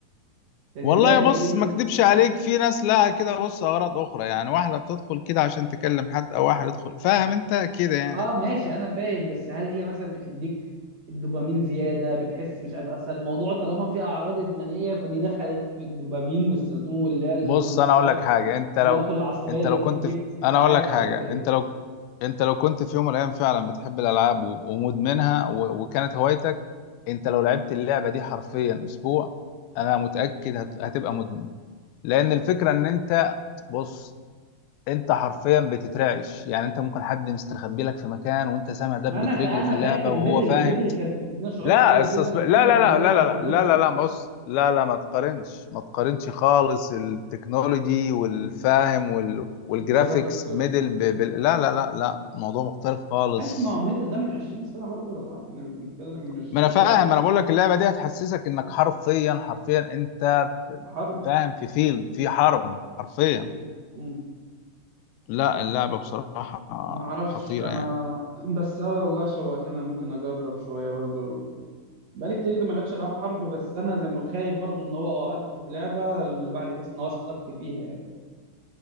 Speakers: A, on the right; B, on the left.
A: يعني
B: والله
A: اللعبه
B: بص
A: ايه
B: ما اكدبش عليك في ناس لها كده بص اغراض اخرى يعني واحده بتدخل كده عشان تكلم حد او واحد يدخل فاهم انت كده يعني
A: اه ماشي انا فاهم بس هل هي مثلا بتديك الدوبامين زياده بتحس مش عارف اصل الموضوع طالما فيه اعراض ادمانيه فدي دخلت في الدوبامين والسيروتونين واللي هي الهرمونات
B: بص انا اقول لك حاجه انت
A: والناقل
B: لو
A: العصبيه
B: انت
A: اللي
B: لو
A: بتديك
B: كنت في... انا
A: سعاده
B: اقول لك حاجه
A: وكده يعني
B: انت لو انت لو كنت في يوم من الايام فعلا بتحب الالعاب و- ومدمنها و... وكانت هوايتك انت لو لعبت اللعبه دي حرفيا اسبوع انا متاكد هت... هتبقى مدمن لان الفكره ان انت بص انت حرفيا بتترعش يعني انت ممكن حد مستخبي لك في مكان وانت سامع دبة
A: ما انا فانا
B: رجله في اللعبة
A: فاكر
B: وهو
A: ميدل
B: فاهم
A: ميدل كانت بتدينا شعور
B: لا
A: كويس
B: السسب...
A: جدا لما
B: لا
A: كنا
B: لا
A: بنلعب
B: لا لا لا
A: وبنضرب
B: لا لا لا
A: وبتاع
B: لا بص لا لا ما تقارنش ما تقارنش خالص التكنولوجي والفاهم وال... والجرافيكس
A: جرافيكس وبتاع
B: ميدل ب... بال... لا لا لا لا موضوع مختلف خالص
A: ماشي ما هو ميدل ده من 20 سنة برضه يا صلاح احنا بنتكلم مش
B: ما
A: دلوقتي
B: انا فاهم
A: يعني
B: انا بقول لك اللعبة دي هتحسسك انك حرفيا حرفيا انت
A: حرب
B: فاهم في فيلم في حرب حرفيا
A: مم.
B: لا اللعبة بصراحة
A: ما اعرفش
B: خطيرة
A: انا
B: يعني
A: <clears throat> بس اه والله شوقتني أنا ممكن اجرب شوية برضه بقالي كتير جدا ما لعبش العاب حرب بس انا زي ما بقول خايف برضه ان هو آه، ادخل في لعبة الواحد يحس ان هو استك فيها يعني